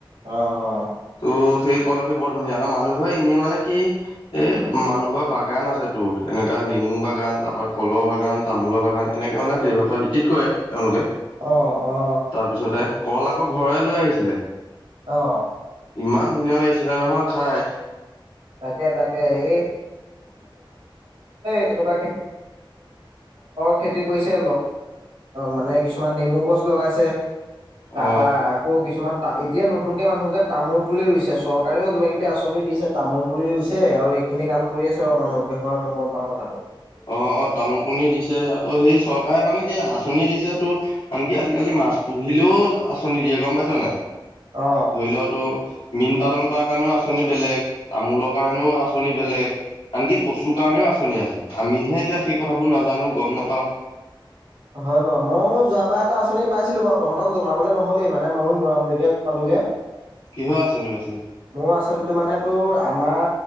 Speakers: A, on the right; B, on the left.
A: অহ অহ
B: ত সেই কলআশি বৰ ধুনীয়া আৰু মানুহ ঘৰে এনেই মানে কি এ মানুহ ঘৰ বাগান আছে তোৰ। এনেকুৱা নেমু বাগান তাৰপৰা কলৰ বাগান তামোলৰ বাগান এনেকৈ মানে ব্যৱসায় ভিত্তিত কৰে। তেওলোকে
A: অ অ অ
B: তাৰপিছতে কল আকৌ ঘৰ লৈ আহিছিলে।
A: অহ,
B: ইমান ধুনীয়া লাগিছিলে নহয় খাই।
A: তাকে তাকে এই খ দটো ক খেে মানে কিছু ন <unintelligible> লগাইছে তাৰ
B: অ
A: পৰা আকৌ কিছুমান এতিয়া নতুনকে মানুহকে তো পুলি ৰুইছে চৰকাৰেও কিবি আচনি দিছে তামোল পুলি ৰৈছে আৰু এইখিনি কাম কৰি আছে বাৰু মানুহকে হয় মই গম পাও কথাটো।
B: অ-অ তামোল পণ দিছে আকৌ সেই চৰকাৰে মানে কি আচনি দিছে টো আনকি আজিকালি মাছ পুহিলেও আচনি দিয়ে গম পাইছ নাই
A: অ
B: ধৰি ল তোৰ মীন পালন কৰা কাৰণেও আচনি বেলেগ তামোলৰ কাৰণেও আচনি বেলেগ। আনকি কচুৰ কাৰণেও আচনি আছে আমিহে এতিয়া সেই কথাবোৰ নাজানো গম নাপাও।
A: হয় বাৰু ময়ো যোৱাবাৰ এটা আচনি পাইছিলো বাৰু তহতক জনাবলৈ নহ'লেই মানে ময়ো মূৰামূৰিকৈ পালোগে।
B: কিহৰ আঁচনি বাচিল
A: মোৰ আচনিটো মানে তোৰ আমাৰ